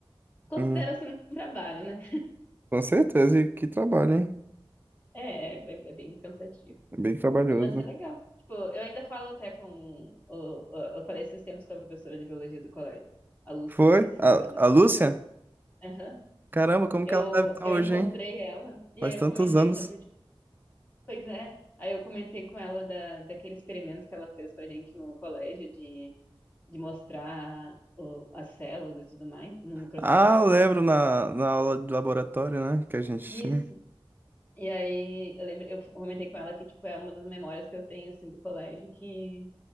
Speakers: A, on the left (about 20°); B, on the right (about 20°).
A: Considera-se
B: Hum,
A: um trabalho, né?
B: com certeza, e que trabalho, hein?
A: É, é, bem é bem cansativo.
B: É bem trabalhoso.
A: Mas é legal. Tipo, eu ainda falo até com. o- o- Eu falei esses tempos com a professora de biologia do colégio, a Lúcia,
B: Foi?
A: não sei se
B: A,
A: você lembra dela.
B: a Lúcia?
A: Aham.
B: Caramba, como
A: Eu,
B: que ela deve estar
A: eu
B: hoje,
A: encontrei
B: hein?
A: ela, e
B: Faz
A: aí eu
B: tantos
A: comentei
B: anos.
A: sobre, Pois é, aí eu comentei com ela da, daquele experimento que ela fez com a gente no colégio de, de mostrar o- as células e tudo mais no microscópio.
B: Ah, eu lembro na, na aula de laboratório, né? Que a gente tinha.
A: Isso. E aí eu lembro, eu comentei com ela que tipo é uma das memórias que eu tenho assim do colégio que